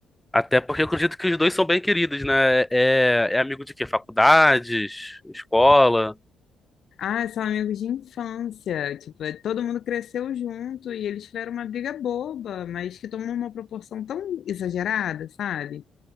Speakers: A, in the centre; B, on the left.
A: Até porque eu acredito que os dois são bem queridos, né? É, é amigo de quê? Faculdades, escola?
B: Ah, são amigos de infância. Tipo, é- todo mundo cresceu junto e eles tiveram uma briga boba, mas que tomou uma proporção tão exagerada, sabe?